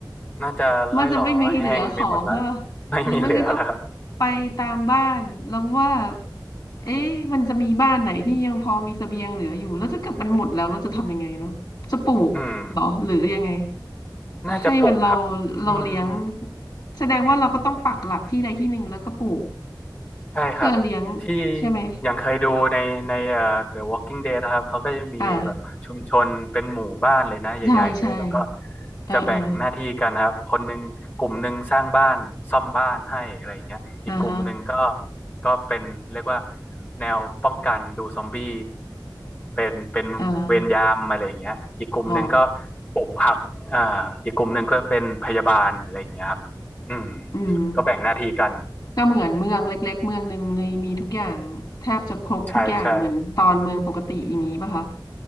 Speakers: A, on the left; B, on the left.
A: น่าจะร่อยหรอแห้งไปหมดแล้ว
B: มันจะไม่มีเหลือของใช่ป่ะหรือไม่ก็ต้อง
A: ไม่มีเหลือแล้วครับ
B: ไปตามบ้านแล้วว่าเอ๊ะมันจะมีบ้านไหนที่ยังพอมีเสบียงเหลืออยู่แล้วถ้าเกิดมันหมดแล้วเราจะทำยังไงเนาะจะปลูกเหรอหรือยังไง
A: อืมน่าจะปลูกครับอืม
B: ให้มันเราเราเลี้ยงแสดงว่าเราก็ต้องปักหลักที่ใดที่หนึ่งแล้วก็ปลูก
A: ใช่ครับที่
B: เพื่อเลี้ยงใช่ไหม
A: อย่างเคยดูในในเอ่อ The Walking Dead นะครับเขาก็จะมีแบบชุมชนเป็นหมู่บ้านเลยนะใหญ่ๆเลยแล้วก็
B: อ่าใช่ใช่เออเออ
A: จะแบ่งหน้าที่กันครับคนหนึ่งกลุ่มหนึ่งสร้างบ้านซ่อมบ้านให้อะไรอย่างเงี้ยอีกกลุ่มหนึ่งก็
B: อ่าฮะ
A: ก็เป็นเรียกว่าแนวป้องกันดูซอมบี้เป็นเป็นเวรยามอะไรอย่างเงี้ยอีกกลุ่มหนึ่งก็
B: อ่าอ๋อ
A: ปลูกผักอ่าอีกกลุ่มหนึ่งก็เป็นพยาบาลอะไรอย่างเงี้ยครับอืม
B: อืม
A: ก็แบ่งหน้าที่กัน
B: ก็เหมือนเมืองเล็กๆเมืองหนึ่งเลยมีทุกอย่างแทบจะครบทุกอย่างเหมือนตอนเมืองปกติอย่างนี้ป่ะคะ
A: ใช่ใช่